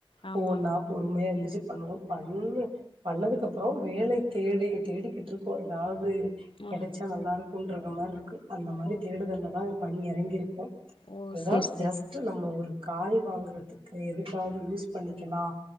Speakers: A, on the left (about 70°); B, on the right (about 75°).
A: ஆமா
B: ஒவ்வொன்னா பொறுமையா எந்துச்சி பண்ணுவோம் பண்ணு பண்ணதுக்கு அப்பறம் வேலை தேடி தேடிக்கிட்டு இருக்கோ எதாவ்து கெடச்சா
A: ஆ
B: நல்லா இருக்கும்ன்ற மாதிரி இருக்கு அந்த மாரி
A: ஓ
B: தேடுதல்லதா பணி எறங்கிருக்கோ
A: ஓ
B: எதோ
A: சேரி சேரி
B: ஜஸ்ட் நம்ம ஒரு காய் வாங்குறதுக்கு எதுக்காவது யூஸ் பண்ணிக்கலா